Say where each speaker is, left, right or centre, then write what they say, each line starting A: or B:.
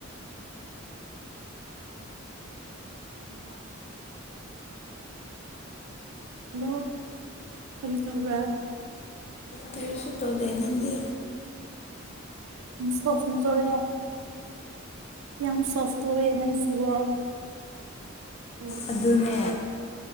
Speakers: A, on the right; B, on the left.
A: <inaudible> <inaudible> ꯍꯗꯣ ꯈꯔꯤ ꯇꯧꯕ꯭ꯔꯥ
B: ꯀꯔꯤꯁꯨ ꯇꯧꯗꯦ ꯅꯪꯗꯤ
A: ꯁꯧ ꯐꯣꯡꯖꯣꯔꯦ ꯌꯥꯝ ꯁꯣꯐꯇꯋꯦ ꯅ ꯁꯤꯕꯨ ꯎꯝ
B: ꯑꯗꯨꯅꯦ